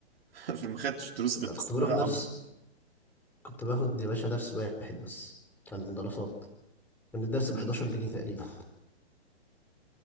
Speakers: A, on the right; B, in the centre.
A: <laughs> اللي ما خدتش دروس غير
B: لا
A: في
B: كنت
A: الثانويه
B: بروح درس
A: العامه
B: كنت باخد يا باشا درس واحد بس كان دراسات كان الدرس ب 11 جنيه تقريبا